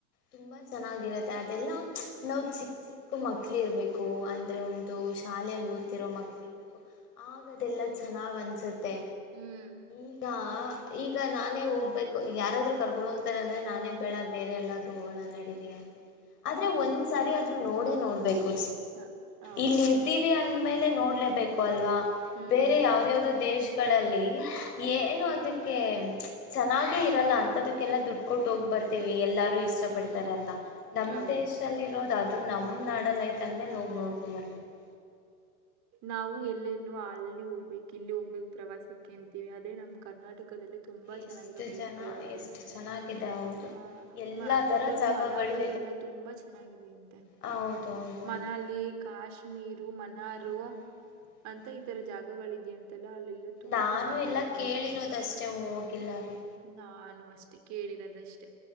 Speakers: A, on the left (about 80°); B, on the right (about 35°).
A: ತುಂಬಾ ಚೆನ್ನಾಗಿರತ್ತೆ ಅದೆಲ್ಲಾ ನಾವ್ ಚಿಕ್ಕ ಚಿಕ್ಕ ಮಕ್ಳ ಇರ್ಬೇಕು ಅಂದ್ರೆ ಒಂದು ಶಾಲೆಯಲ್ಲಿ ಓದ್ತಿರೋ ಮಕ್ಕಳಿ ಇರಬೇಕು ಆಗ ಅದೆಲ್ಲ ಚೆನ್ನಾಗಿ್ ಅನ್ಸುತ್ತೆ
B: ಹ್ಮ್
A: ಈಗ ಈಗ ನಾನೇ ಹೋಗ್ಬೇಕು ಯಾರಾದ್ೂ ಕರ್ಕೊಂಡು ಹೋಗ್ತಾರೆ ಅಂದ್ರೆ ನಾನೇ ಬೇಡ ಬೇರೆ ಎಲ್ಲ ಹೋಗೋಣ ನಡಿದೆ ಅಂತನಿ ಆದ್ರೆ
B: ಹೌದು
A: ಒಂದ್ ಸಾರಿ ಆದ್ರೂ ನೋಡೇ ನೋಡ್ಬೇಕು
B: ಹ- ಹೌದು
A: ಇಲ್ಲಿರ್ದೀವಿ ಅಂದ್ಮೇಲೆ ನೋಡ್ಲೇಬೇಕು ಅಲ್ವಾ
B: ಹ್ಮ್
A: ಬೇರೆ ಯಾವ್ದ ಯಾವ್ದೋ ದೇಶಗಳಲ್ಲಿ ಏನು ಅದಕ್ಕೆ ಚೆನ್ನಾಗೆ ಇರಲ್ಲ ಅಂತದಕ್ಕೆಲ್ಲ ದುಡ್ಡು ಕೊಟ್ಟ ಹೋಗ್ ಬರ್ತೀವಿ ಎಲ್ಲಾರೂ ಇಷ್ಟಪಟ್ಟ ತ ಅಂತ ನಮ್
B: ಹೌದು
A: ದೇಶದಲ್ಲಿ ಇರೋದು ಅದು ನಮ್ ನಾಡಲ್ಲಿ ಐತ ಲೋಗ ನೋಡ್ಕ ಮರ್ಬೇಕ <inaudible>
B: ನಾವು ಎಲ್ಲೆಲ್ಲೋ ಅಲ್ಲಿ ಹೋಗ್ಬೇಕು ಇಲ್ಲಿ ಹೋಗ್ಬೇಕು ಪ್ರವಾಸಕ್ಕೆ ಅಂತೀವಿ ಅದೇ ನಮ್ ಕರ್ನಾಟಕ ಪಕ್ಕದಲ್ಲಿ ತುಂಬಾ
A: ಎಷ್ಟು
B: ಚೆನ್ನಾಗಿರೋ ಪ್ಲೇಸ್ಗಳೆಲ್ಲ
A: ಜನ ಎಷ್ಟು
B: ಇದೆ
A: ಚೆನ್ನಾಗಿದೆ ಹೌದು
B: ಆ
A: ಎಲ್ಲಾ
B: ಅದ
A: ತರ ಜಾಗಗಳು
B: ಮನ ಅಲ್ಲಿ ಎಲ್ಲಾ ತುಂಬಾ ಚೆನ್ನಿದ ಅಂತೆ
A: ಹ ಹೌದ ಹೌದು
B: ಮನಲಿ
A: ಹೌದು
B: ಕಾಶ್ಮೀರು ಮನಾರು
A: ಹ್ಮ್
B: ಅಂತ
A: ಹ್ಮ್
B: ಈತರ ಜಾಗಗಳಿದೆಯಂತೆಲ್ಲ ಅಲ್ಲೆಲ್ಲ ತುಂಬಾ
A: ನಾನು
B: ಚೆನ್ನಾಗಿರುತ್ತಂತೆ
A: ಎಲ್ಲ ಕೇಳಿರೋದಷ್ಟೇ ಹೋಗಿಲ್ಲ ರೀ
B: ನಾನು ಅಷ್ಟೆ ಕೇಳಿರೋದಷ್ಟೇ